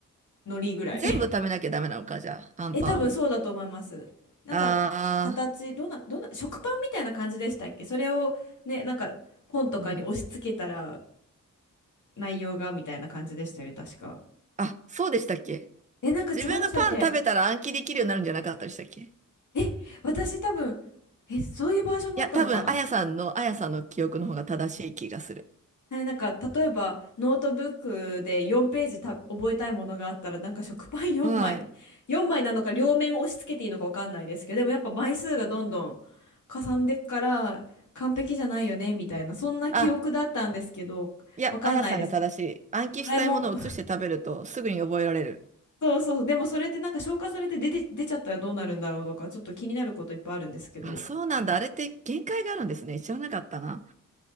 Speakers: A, on the left; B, on the right.
A: のりぐらい。
B: 全部食べなきゃダメなのか、じゃあ、
A: <laughs>
B: アンパンを。
A: え、多分そうだと思います。なんか、
B: あ
A: 形、どんな、どんな、食パンみたいな感じでしたっけそれをね、なんか、本とかに押し付けたら、
B: ー、うん。
A: 内容が、みたいな感じでしたよね、確か。
B: あ、そうでしたっけ
A: え、なんか違いましたっけ
B: 自分がパン食べたら暗記できるようになるんじゃなかったでしたっけい
A: え、私多分、え、そういうバージョンもあったのかな
B: や、多分、あやさんの、あやさんの記憶の方が正しい気がする。
A: ねなんか例えばノートブックで4ページた覚えたいものがあったらなんか食パン4枚4枚なのか両面押し付けていいのか分かんないですけどでもやっぱ枚数がどんどん
B: はい。
A: かさんでっから完璧じゃないよねみたいなそんな記憶だったんですけど分かんないです。
B: あ、いや、あやさんが正しい。暗記したいものを移して食べると、
A: ドラえもん
B: すぐに覚えられる。
A: <laughs> そうそうでもそれってなんか消化されて出て、出ちゃったらどうなるんだろうとかちょっと気になることいっぱいあるんですけど
B: あ、そうなんだ。あれって限界があるんですね。知らなかったな。